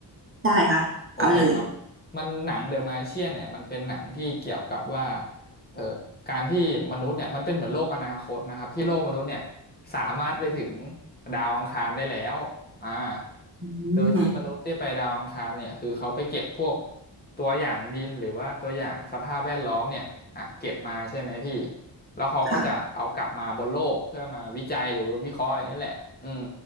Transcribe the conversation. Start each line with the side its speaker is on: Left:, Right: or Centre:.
Right: ได้ค่ะเอาเลย
Left: โอเคครับมันหนังเดอะมาเชียนเนี่ยมันเป็นหนังที่เกี่ยวกับว่าเอ่อการที่มนุษย์เนี่ยมันเป็นเหมือนโลกอนาคตนะครับที่โลกมนุษย์เนี่ยสามารถไปถึงดาวอังคารได้แล้วอ่า
Right: อื
Left: โดยที่มนุษย์ได้ไปดาวอังคารเนี่ยคือเขาไปเก็บพวก
Right: ม
Left: ตัวอย่างดินหรือว่าตัวอย่างสภาพแวดล้อมเนี่ยอ่ะเก็บมาใช่ไหมพี่แล้วเขาก็จะเอากลับมาบนโลกเพื่อมาวิจัยหรือว่าวิเคราะห์อะไรนี่แหละอืม
Right: ค่ะ